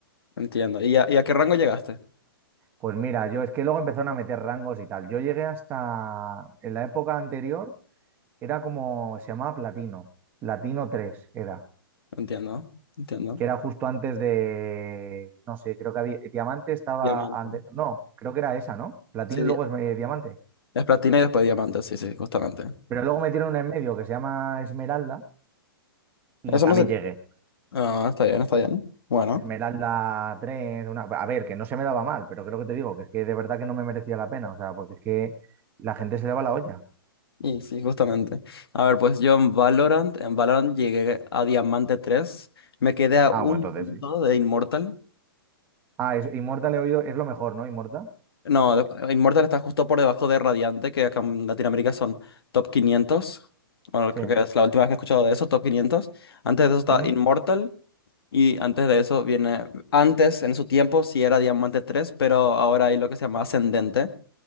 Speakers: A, on the left (about 80°); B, on the right (about 15°).
A: Entiendo. ¿Y a, y a qué rango llegaste?
B: Pues mira, yo es que luego empezaron a meter rangos y tal. Yo llegué hasta, en la época anterior, era como, se llamaba Platino. platino 3 era.
A: Entiendo, entiendo.
B: que era justo antes de, no sé, creo que había, eh, Diamante estaba
A: Diamante.
B: antes, no, creo que era esa, ¿no? Platino
A: Sí, di-
B: y luego es eh, Diamante.
A: es platina y después diamante, sí, sí, justamente.
B: Pero luego metieron una en medio que se llama Esmeralda y
A: Eso
B: también
A: no sé.
B: llegué.
A: Ah, está bien, está bien. Bueno.
B: Esmeralda 3 una... a ver, que no se me daba mal, pero creo que te digo que es que de verdad que no me merecía la pena, o sea, porque es que la gente se le va la olla.
A: Y sí, justamente. A ver, pues yo en Valorant, en Valorant llegué a Diamante tres Me quedé a
B: Ah,
A: un
B: bueno,
A: punto
B: entonces sí.
A: de Immortal.
B: Ah, es, Inmorta le he oído, es lo mejor, ¿no? Inmortal,
A: No, de- Immortal está justo por debajo de Radiante, que acá en Latinoamérica son top 500. Bueno,
B: sí.
A: creo que es la última vez que he escuchado de eso, top 500. Antes de eso está
B: ¿Mm?
A: Immortal. Y antes de eso viene, antes en su tiempo sí era Diamante 3 pero ahora hay lo que se llama Ascendente,